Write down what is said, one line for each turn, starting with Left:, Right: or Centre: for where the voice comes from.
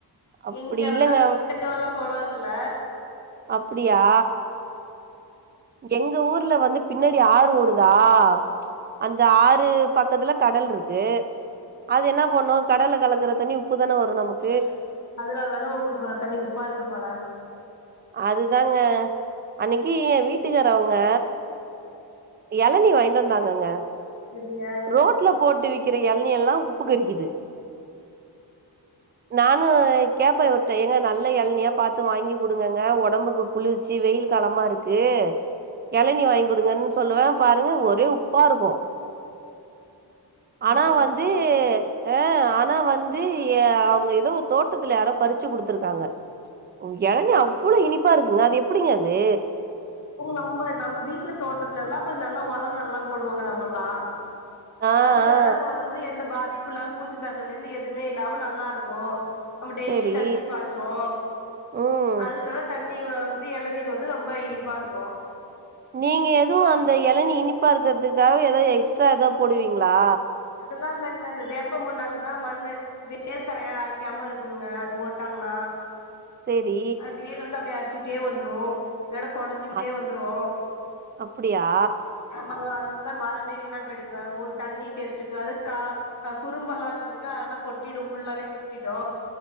Right: அப்டி
Left: எங்க
Right: இல்லங்க
Left: வந்து அ கிட்டக்க எல்லாம் குலம் இல
Right: அப் அப்படியா எங்க ஊர்ல வந்து பின்னாடி அடி ஆறு ஓடுதா ச் அந்த ஆறு பக்கத்துல கடல் இருக்கு. அது என்ன பண்ணும்ம் கடல கலக்கற தண்ணி உப்பு தான வரு நமக்கு
Left: ஹம் அதனால தாானே உங்களுக்கு தண்ணி உப்பா இருக்கு போல
Right: அதுதாங்க. அன்னைக்கு என் வீட்டுக்கார அவங்க இளநி வாயிண்டு வந்தாங்கங்க
Left: சரிங்க
Right: ரோட்ல போட்டு விக் இருக்கிற இளநி எல்லாம் உப்பு கறிக்குது நானும் கேப்பேன் விட்ட எங்க நல்ல இளநியா பார்த்து வாங்கி குடுங்கங்க உடம்புக்கு குளிர்ச்சு வெயில் காலமா இருக்கு இளநீ வாங்கி கு கொடுங்கன்னு சொல்லுவேன் பாருங்க ஒரே உப்பா இருக்கும்.
Left: அதுதா
Right: ஆனா வந்து ஆஹ் ஆனா வந்து எ அவங்க ஏதோ தோட்டத்துல யாரோ பறிச்சு குடுத்துருக்காங்க. இளனி அவ்வளவு இனிப்பா இருக்குங்க அது எப்படிங்க அது
Left: நம்ப நம்ப வீட்ல தோட்டத்துலலா கொஞ்ச நல்லா உர நல்லா போடுவாங்க நம்பல்லா
Right: ஆ
Left: அதுனால
Right: ஆ
Left: வந்து எந்த பாதி மதிப்புல்லா பூச்சித்தாக்கல இருந்து எதுவுமே இல்லாம நல்லா இருக்கு நம்ம டெய்லி
Right: சரி
Left: தண்ணி பாய்ச்சுடுவோ
Right: ம்
Left: அது தண்ணி நீ வந்து எளநீர் வந்து ரொம்ப இனிப் ப்பா இருக்கோ
Right: நீங்க எதுவு அந்த எளநீ இனி ப்பாக்கறதுக்காக எதா எக்ஸ்ட்ரா எதா போடுவீங்களா
Left: அப்டிலா இல்லங்க அந்த வேப்பம் புன்னாக்குதா மண்ணு வேர்க்கரையான் அரிக்காம இருக்குங்க அது போட்டாங்கன்னா
Right: சேரி
Left: அது வந்து அப்டியே <unintelligible> சிட்டே வந்துரு எட குடைஞ்சுக்கிட்டே
Right: அ
Left: வந்துரு
Right: அப்டியா
Left: அப்பற அது இந்த மரமே வீணா போயிடுங்க உங்களுக்கு தண்ணி டெஸ்ட்டுருக்காது க குரும்பெல்லா இருக்கு பாத்திங்களா அதெல்லா கொட் கொட்டிடு ஃபுல்லாவே கொட்டிடு